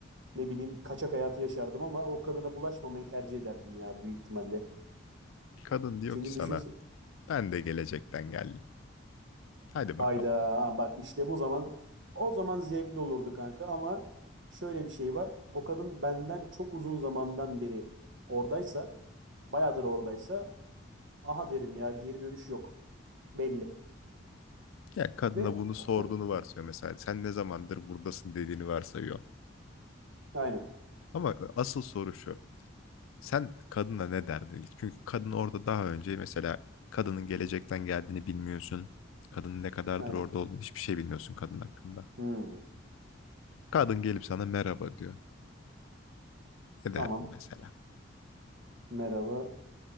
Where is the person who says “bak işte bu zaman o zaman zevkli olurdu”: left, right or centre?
Right